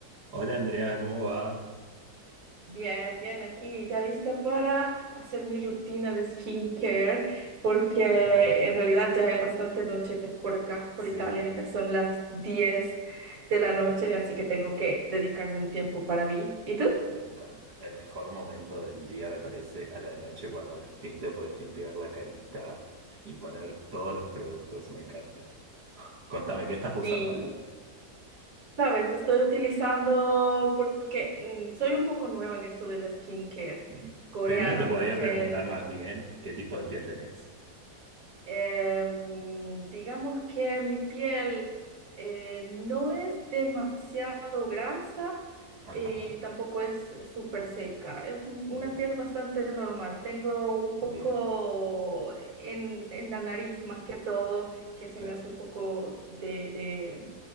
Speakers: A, on the right; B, on the right.
A: Hola Andrea, ¿cómo va?
B: Bien, bien, aquí ya lista para hacer mi rutina de skincare, porque
A: <laughs>
B: en realidad ya es bastante noche por acá,
A: Sí,
B: por Italia, ya son las 10 de la noche,
A: uh, claro,
B: así que tengo que dedicarme un tiempo para mí. ¿Y tú?
A: me encanta. El mejor momento del día me parece a la noche cuando al fin te puedes limpiar la carita y poner todos los productos, me encanta. Contame, ¿qué estás usando
B: Sí,
A: ahora?
B: sabes, estoy utilizando porque mm, soy un poco nueva en esto de la skincare
A: Ujú.
B: coreana,
A: Primero te podría
B: porque
A: preguntar más bien qué tipo de piel tenés.
B: Em, digamos que mi piel eh, no es demasiado grasa
A: Ajá,
B: y tampoco es súper seca. Es un- una
A: bien,
B: piel bastante normal. Tengo un poco
A: bien,
B: en, en la nariz más que todo, que se
A: claro.
B: me hace un poco de,